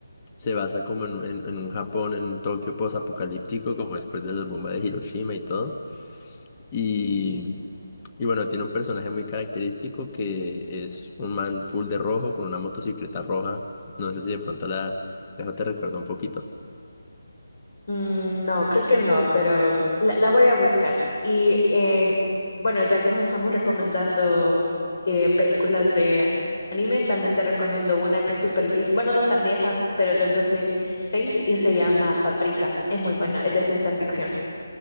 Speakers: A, on the left; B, on the left.
A: se basa como en, un- en, en un Japón, en un Tokio post-apocalíptico, como después de las bombas de Hiroshima y todo. Y, y bueno, tiene un personaje muy característico que es un man full de rojo con una motocicleta roja. No sé si de pronto la dejo, te recuerdo un poquito.
B: Mm, no, creo que no, pero la, la voy a buscar. Y eh, bueno, ya que nos estamos recomendando eh, películas de anime, también te recomiendo una que es súper vieja, bueno, no tan vieja, pero del 2006 y se llama Paprika. Es muy buena, es de ciencia ficción.